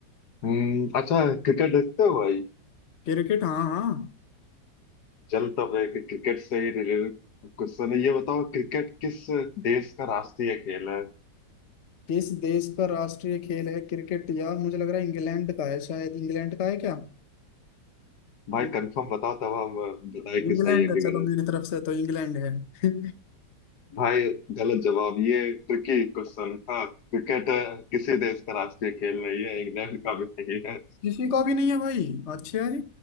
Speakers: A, on the left; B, on the left.
A: हम्म, अच्छा क्रिकेट देखते हो भाई
B: क्रिकेट हाँ हाँ
A: चल तब एक क्रिकेट से ही रिलेटेड क्वेश्चन है ये बताओ क्रिकेट किस देश का राष्ट्रीय खेल है
B: किस देश का राष्ट्रीय खेल है क्रिकेट यार मुझे लग रहा है इंग्लैंड का है शायद इंग्लैंड का है क्या
A: भाई
B: इं-
A: कंफर्म बताओ तब हम बताए
B: इंग्लैंड
A: कि सही है
B: है
A: कि
B: चलो मेरी तरफ से तो इंग्लैंड है <laughs>
A: भाई गलत जवाब ये ट्रिकी क्वेश्चन था क्रिकेट किसी देश का राष्ट्रीय खेल नहीं है इंग्लैंड का भी नहीं है
B: किसी का भी नहीं है भाई अच्छा यार